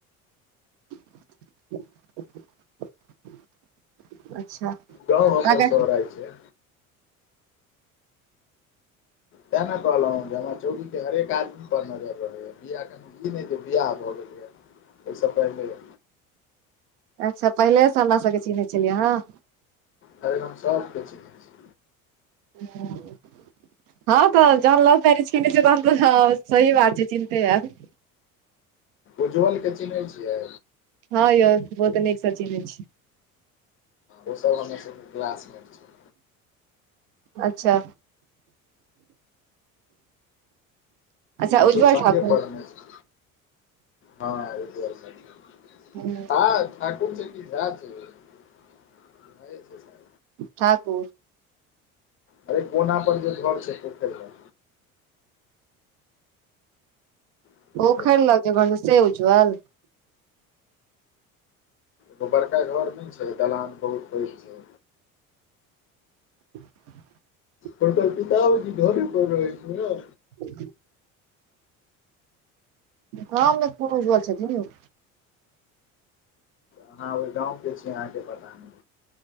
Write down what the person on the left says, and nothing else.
गाँव
हमर सोहराय छै तैं ने कहलौं जे हमरा चौरी के हरेक आदमी पर नजर रहयए बिआ कनी ई नहि जे बिआह भऽ गेलैया ओहिसँ पहिनलेये
ताॅंय हम सबके चिन्है छी
उज्ज्वल के चिन्है छियै
ओ सब हमर सबके क्लासमेट छियै
हमसब
सङ्गे
पढ़ने छी हँ उज्जवल ठाकुर।
हँ ठाकुर छियै कि झा छी यौ? झाए छियै शायद।
अरे कोना पर जे घर छै पोखरि लग। लग
गो बड़का घर नै छै दलान बहुत पैघ छै।
हुनकर पिताओजी घरे पर रहै छथिन ने।
अहां ओहि गाँव के छी अहाँ के पता नै।